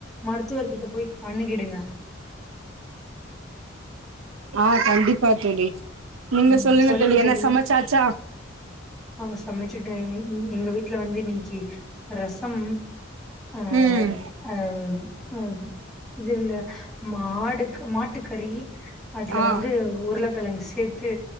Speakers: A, in the centre; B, on the right.
A: மருத்துவர் கிட்ட போய் அனுகிடுங்க
B: ஆ கண்டிப்பா தோழி நீங்க
A: ம் சொல்லுங்க தோழி
B: என்ன சமச்சாச்சா
A: ஆ சமைச்சுட்டே ம் எங்க வீட்ல வந்து இன்னக்கி ரசம் ஆ
B: ம்
A: ஆ ஆ இது இந்த மாடு க் மாட்டுக்கறி அதுல
B: ஆ
A: வந்து உருளக்கெழங்கு சே த்து